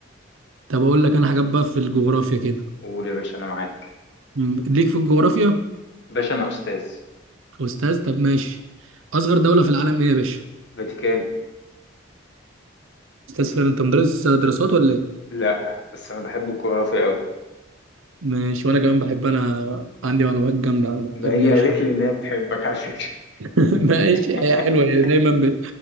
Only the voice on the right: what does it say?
طب اقول لك انا حاجات بقى في الجغرافيا كده
م- ليك في الجغرافيا
أستاذ طب ماشي أصغر دولة في العالم إيه يا باشا؟
أستاذ فين أنت مدرس دراسات ولا إيه؟
ماشي وأنا كمان بحب أنا عندي معلومات جامدة عنها
طب
ماشي
<laughs> ماشي
هي حلوة هي دايما ب-